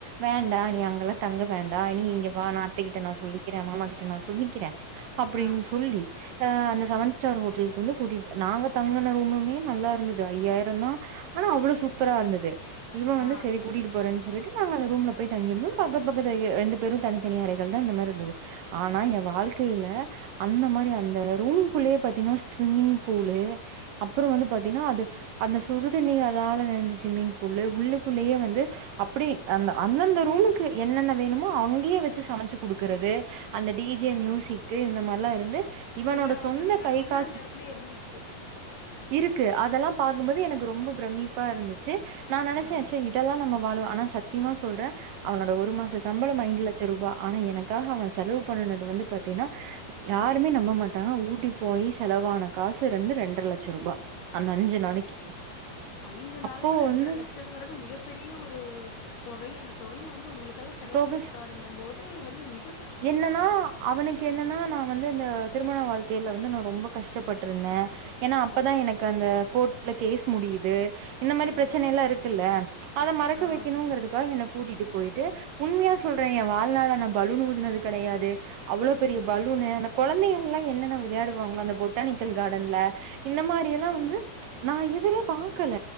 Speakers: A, on the right; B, on the left.
A: வேண்டா
B: ஆ
A: நீ அங்கெல்லா தங்க
B: ஆ
A: வேண்டா நீ இங்க வா நா
B: ஆ
A: அத்தைகிட்ட நா சொல்லி க்கிறே மாமா கிட்ட நா சொல்லிக்கிறே அப்டின்
B: ஆ
A: சொல்லி அ அந்த செவன்
B: ம்
A: ஸ்டார் ஹோட்டல் வந்து கூட்டிட் நாங்க தங்கன ரூமுமே நல்லா இருந்தது ஐயாயிரந்தா ஆனா அவ்ளோ சூப்பராருந்தது
B: ம்
A: இவ வந்து
B: ஆ
A: சரி கூட்டிட்டு போறன் சொல்ட்டு நாங்க அந்த ரூம்ல போய் தங்கிருந்தோ பக்கத்து பக்கத்து அ ரெண்டு பேரு தனித்தனி அறைகள் தா இந்த மாரி இருந்தது ஆனா
B: ம்
A: எ வாழ்க்கையில அந்த மாரி
B: ம்
A: அந்த ரூம் குள்ளயே பாத்தீனா ஸ்விம்மிங் ஃபூலு அப்புற வந்து பாத்தீனா அது அந்தஸ் சுடுதண்ணியாளால நெறஞ்ச ஸ்விம்மிங் ஃபூலு உள்ளுக்குள்ளேயே வந்து அப்டி அந்த அந்தந்த ரூமுக்கு என்னென்ன வேணுமோ அங்கயே வெச்சு சமைச்சு குடுக்கறது அந்த டிஜே
B: ம்
A: மியூசிக்கு இந்த மாரிலா இரு ந்து இவனோட
B: எல்லா
A: சொந்த
B: வசதிகளு
A: கைகாசு
B: வந்து அந்த எடத்துல இருந்துச்சு
A: இருக்கு அதெல்லா பாக்கு போது எனக்கு ரொம்ப பிரமிப்பா இருந்துச்சு நா நெனைச்சே
B: ஆ
A: ச இதெல்லா நம்ம வாலுவே ஆனா சத்தியமா சொல்றே அவனோட ஒரு மாச
B: ம்
A: சம்பள ஐந்து லட்ச ரூபா ஆனா எனக்காக அவ செலவு பண்ணுனது வந்து பாத்தீனா யாருமே
B: ஆ
A: நம்ப மாட் த ஊட்டி போய் செலவான காசு ரெண்டு ரெண்டர லட்சரூபா அந்த அஞ்சு நாளைக்கு
B: ஐந்து நாளுக்கு
A: அப்போ
B: ரெண்ட்ற
A: வந்து
B: லட்சங்கிறது மிகப் பெரிய ஒரு தொகை அந்த தொகைய வந்து உங்களுக் க்காக செலவு
A: தொக
B: பண்ணியிருக்காருங்க போது வந்து மிக்
A: என்னன்னா அவனுக்கு என்னன்னா நா வந்து இந்த திருமண வாழ்க்கையில வந்து நா ரொம்ப கஷ்டப்பட்டுருந்தே ஏன்னா அப்பதா
B: ம்
A: எனக்கு அந்த கோர்ட்ல கேஸ் முடியுது இந்த மாரி
B: ம்
A: பிரச்சனை எல்லா இருக்குல்ல அத மறக்க
B: ஆ
A: வைக்கணுங்கிறதுக்காக என்ன கூட்டிட்டு போயிட்டு உண்மையா சொல்ற ஏ வாழ்நாள்ல நா பலூன் ஊதுனது கெடையாது அவ்ளோ பெரிய
B: ம்
A: பலூன்னு எனக் கொழந்தைகள் எல்லா என்னென்ன வெளையாடுவாங்களோ அந்த பொட்டானிக்கல் கார்டன்ல இந்த மாரி எல்லா வந்து நா இப் எதிரே பாக்கல